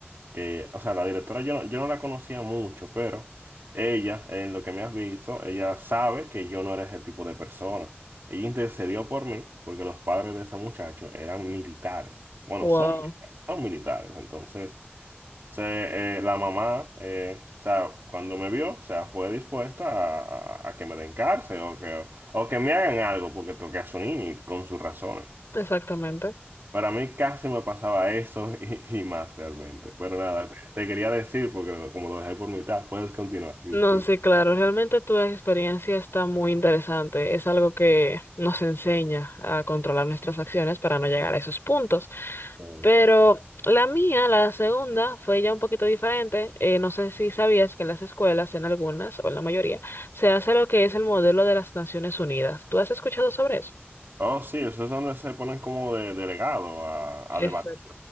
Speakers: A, on the right; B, on the left.
A: que, o sea, la directora yo no, yo no la conocía mucho, pero ella, en lo que me has visto, ella sabe que yo no era ese tipo de persona. Ella intercedió por mí porque los padres de ese muchacho eran militares. Bueno,
B: Wow,
A: son militares, son militares. Entonces, se, eh, la mamá, eh, o sea, cuando me vio, o sea, fue dispuesta a, a- a que me den cárcel o que, o que me hagan algo porque toqué a su niño y con sus razones.
B: exactamente.
A: Para mí casi me pasaba eso <laughs> y, y más realmente. Pero nada, te, te quería decir, porque como lo dejé por mitad, puedes continuar, disculpa.
B: No, sí, claro, realmente tu experiencia está muy interesante. Es algo que nos enseña a controlar nuestras acciones para no llegar a esos puntos.
A: Eh,
B: Pero la mía, la segunda, fue ya un poquito diferente. Eh, no sé si sabías que en las escuelas, en algunas o en la mayoría, se hace lo que es el modelo de las Naciones Unidas. ¿Tú has escuchado sobre eso?
A: Oh, sí, eso es donde se ponen como de delegado a,
B: Exacto.
A: a debatir.